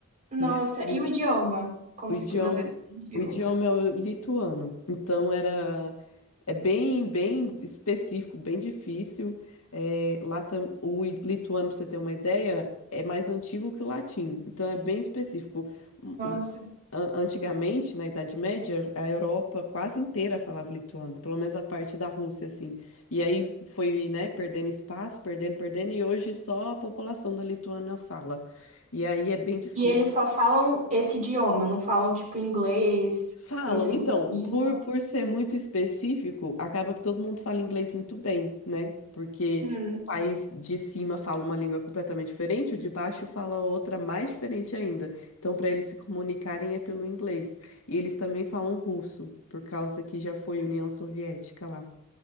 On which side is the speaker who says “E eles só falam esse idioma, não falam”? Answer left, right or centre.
Right